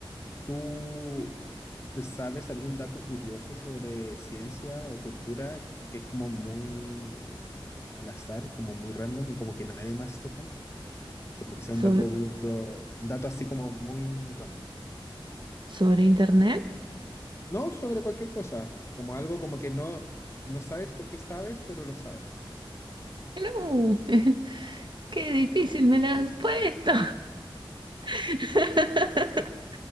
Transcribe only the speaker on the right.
sobre
¿Sobre internet?
No, <laughs> qué difícil me la has puesto. <laughs>